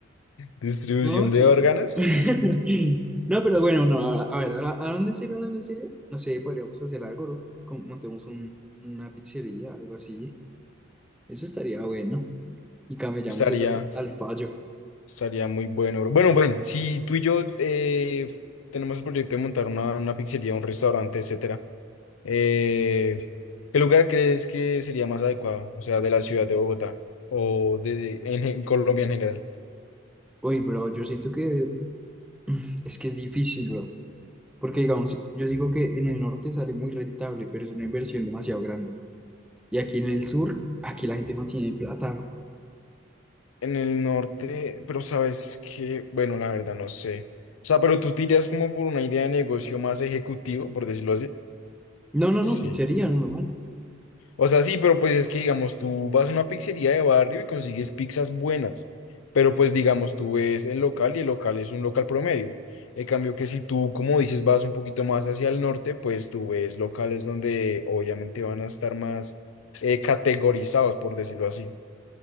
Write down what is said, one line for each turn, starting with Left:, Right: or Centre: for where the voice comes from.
Left: Distribución
Centre: No, sí.
Left: de órganos.
Centre: <laughs> No, pero bueno, no, a a ver, ahora- hablando en serio, hablando en serio, no sé, podríamos hacer algo, bro. Con- Montemos un- una pizzería, algo así. Eso estaría bueno. Y camellamos
Left: Estaría,
Centre: eso al fallo.
Left: estaría muy bueno, bro. Bueno, ven, si tú y yo eh, tenemos el proyecto de montar una, una pizzería, un restaurante, etcétera, eh, ¿qué lugar crees que sería más adecuado? O sea, de la ciudad de Bogotá o de, de- en en Colombia en general.
Centre: Uy, bro, yo siento que <clears throat> es que es difícil, bro. Porque, digamos, yo digo que en el norte sale muy rentable, pero es una inversión demasiado grande. Y aquí en el sur, aquí la gente no tiene plata, bro.
Left: En el norte, pero sabes que, bueno, la verdad no sé. O sea, pero tú tiras como por una idea de negocio más ejecutivo, por decirlo así.
Centre: No, no,
Left: Sí.
Centre: no, pizzería, normal.
Left: O sea, sí, pero pues es que, digamos, tú vas a una pizzería de barrio y consigues pizzas buenas, pero pues, digamos, tú ves el local y el local es un local promedio. En cambio que si tú, como dices, vas un poquito más hacia el norte, pues tú ves locales donde obviamente van a estar más eh, categorizados, por decirlo así.